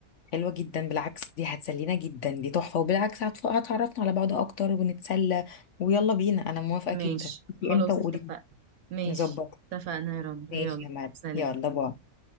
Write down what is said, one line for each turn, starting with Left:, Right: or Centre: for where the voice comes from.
Left: حلوه جدا بالعكس دي هتسلينا جدا دي تحفه وبالعكس هتف- هتعرفنا على بعض اكتر ونتسلى ويلا بينا انا موافقه
Right: ماشي
Left: جدا انتي
Right: خلاص
Left: امتى وقولي
Right: اتفقنا
Left: لي
Right: ماشي
Left: نظبط
Right: اتفقنا يا رنا
Left: ماشي
Right: يلا
Left: يا مريم
Right: سلام
Left: يلا باي